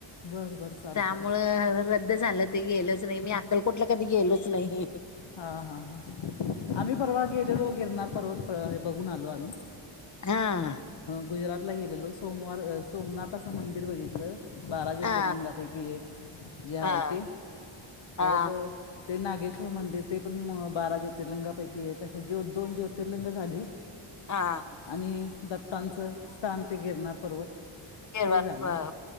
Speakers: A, on the left; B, on the left.
A: बरं बरं चालतंय
B: त्यामुळ रद्द झालं गेलोच नाही मी अक्कलकोटला कधी गेलोच नाही
A: हा हा हा आम्ही परवा गेलेलो गिरनार पर्वत बघून आलो आम्ही
B: हा
A: गुजरातला गेलेलो सोमवार सोमनाथाचं मंदिर बघितलं बारा ज्योतिर्लिंगापैकी
B: हा
A: एक जे
B: हा
A: आहे ते
B: हा
A: परत ते नागेश्वर मंदिर ते पण बारा ज्योतिर्लिंगापैकी एक अस जो दोन ज्योतिर्लिंग झाली
B: हा
A: आणि दत्तांचं स्थान ते गीरणार पर्वत
B: गिरवत
A: ते झालं
B: हो